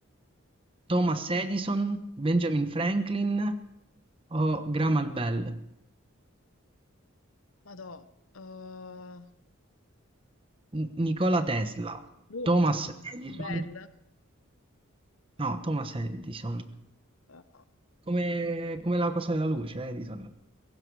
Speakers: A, on the right; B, on the left.
A: Thomas Edison, Benjamin Franklin o Graham Bell?
B: Madò, eh,
A: N- Nikola Tesla,
B: l'ultimo,
A: Thomas Edison,
B: Belle.
A: No, Thomas Edison.
B: eh,
A: Come, come la cosa della luce, Edison.